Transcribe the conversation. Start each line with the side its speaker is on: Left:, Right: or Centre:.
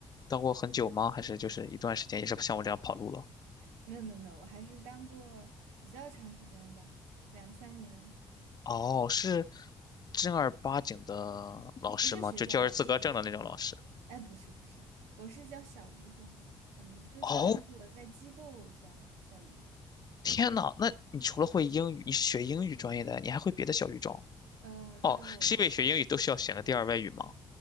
Left: 当过很久吗？还是就是一段时间，也是像我这样跑路了？
Right: 没有没有没有，我还是当过比较长时间吧，两三年，
Left: 哦，是正儿八经的老师吗？
Right: 不是学校老师。
Left: 就教师资格证的那种老师？
Right: 哎，不是不是，我是教小语种的，我们就相当于是我在机构教教语言。
Left: 哦，天呐，那你除了会英语，你是学英语专业的，你还会别的小语种？
Right: 呃，对，
Left: 哦，
Right: 我
Left: 是因为学英语都需要选个第二外语吗？